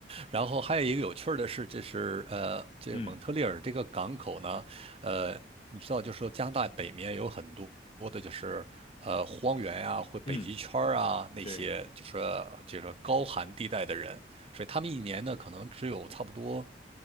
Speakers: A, on the right; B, on the left.
A: 然后还有一个有趣儿的是，这是呃，这个蒙特利尔这个港口呢，
B: 嗯
A: 呃，你知道，就是说加拿大北面有很多多的，就是呃荒原呀、或北极圈儿啊那些，
B: 嗯，对，
A: 就是就是说高寒地带的人，所以他们一年呢，可能只有差不多